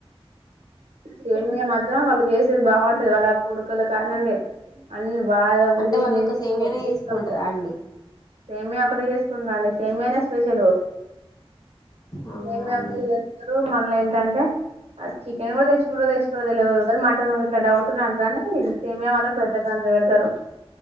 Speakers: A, on the right (about 80°); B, on the left (about 40°).
A: సేమీయా మాత్రం వాళ్ చేసేది బాగుంటది వాళ్ళ కుడకల కానుండి అన్ని బాదం
B: అంటే
A: కిస్మిస్
B: వాళ్ళు ఒక సేమియానే
A: గిడిపప్పు
B: తీసుకుంటారా అండి
A: సేమియా ఒకటే చేసుకుంటరండి సేమియానే స్పెషల్
B: అవునా
A: సేమ్య
B: అండి
A: ఒక్కటే చేస్తారు మళ్ల ఏంటంటే అ చికెన్ కూడా తెచ్చ మ్రో తెచ్చుకు తెలియదుద అన్నమాట ఇట్లా డౌట్ నాకు గానీ సేమియా మాత్రం పెద్దగా అందగడతారు